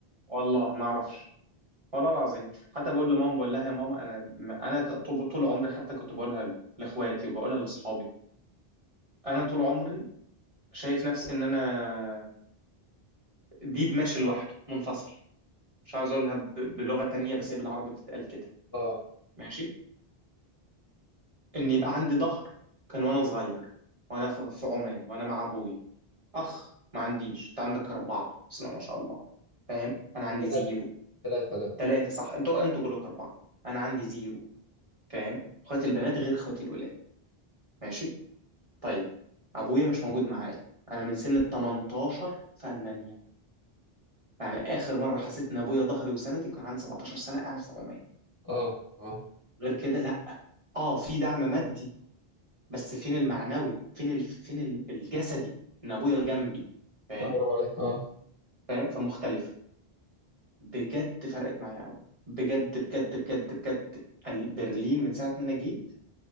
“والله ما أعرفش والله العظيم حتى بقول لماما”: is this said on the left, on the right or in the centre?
Right